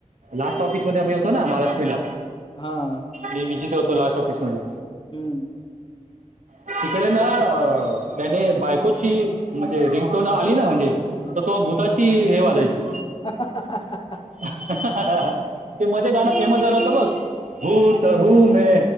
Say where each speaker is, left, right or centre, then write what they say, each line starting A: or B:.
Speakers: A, on the right; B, on the left.
A: लास्ट ऑफिस मध्ये आम्ही होतो ना महालक्ष्मीला
B: हा.
A: ने मी जिथे होतो लास्ट ऑफिसमध्ये
B: हम्म.
A: तिकडे ना अ त्याने बायकोची म्हणजे रिंग टोन आली ना म्हणजे तर तो भूताची हे वाजायची
B: <inaudible>
A: <inaudible> ते मध्ये गाणं फेमस झालं होतं बघ भूत हू मे